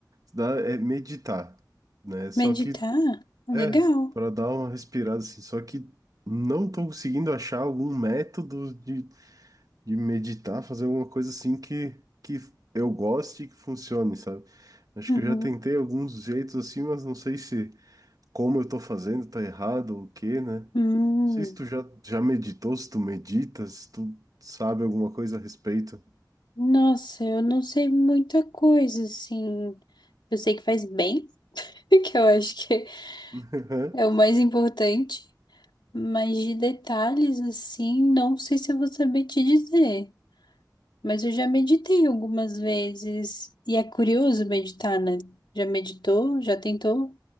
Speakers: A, on the right; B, on the left.
A: dá- É meditar né? Só
B: Meditar?
A: que
B: Legal.
A: É, para dar uma respirada assim. Só que não tô conseguindo achar algum método de, de meditar, fazer alguma coisa assim que, que eu goste e que funcione, sabe? Acho
B: Uhum.
A: que eu já tentei alguns jeitos assim, mas não sei se como eu tô fazendo tá errado ou o quê, né? Não
B: Hum.
A: sei se tu já, já meditou, se tu meditas, se tu sabe alguma coisa a respeito.
B: Nossa, eu não sei muita coisa, assim. Eu sei que faz bem, <laughs> que eu acho que
A: <laughs>
B: é o mais importante. Mas de detalhes, assim, não sei se eu vou saber te dizer. Mas eu já meditei algumas vezes. E é curioso meditar, né? Já meditou? Já tentou?